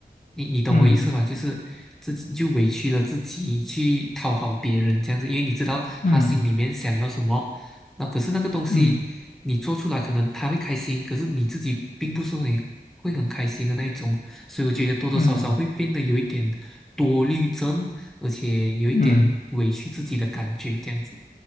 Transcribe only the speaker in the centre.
你你懂我意思吗？
就是自己就委屈了自己去讨好别人这样子，因为你知道他心里面想要什么，
那可是那个东西你做出来，
可能他会开心，可是你自己并不是你会很开心的那一种，所以我觉得多多少少会变得有一点多虑症，
而且有一点委屈自己的感觉这样子。